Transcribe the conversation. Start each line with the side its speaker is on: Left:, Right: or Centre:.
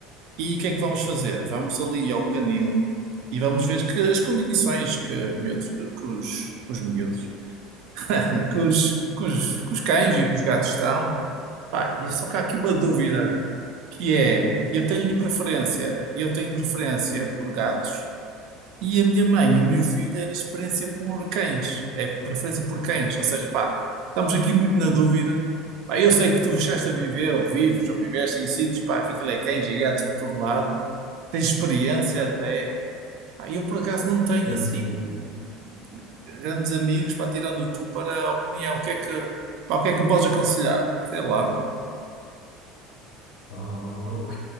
Right: E o que é que vamos fazer? Vamos ali ao canil e vamos ver que as condições que os miúdos, que os, os miúdos, <laughs> que os, que os, que os cães e que os gatos estão. Pá, e é só que há aqui uma dúvida. que é, eu tenho preferência, eu tenho preferência por gatos e a minha mãe e o meu filho é na experiência por cães, é preferência por cães, ou seja, pá, estamos aqui muito na dúvida, pá, eu sei que tu chegaste a viver, ou vives, ou viveste em sítios, pá, que aquilo é cães e gatos por todo lado, tens experiência até, pá, eu por acaso não tenho
Left: Sim,
Right: assim
Left: sim, sim, sim.
Right: grandes amigos, pá, tirando tu para a opinião, o que é que, pá, o que é que me podes aconselhar? Sei lá,
Left: Oh,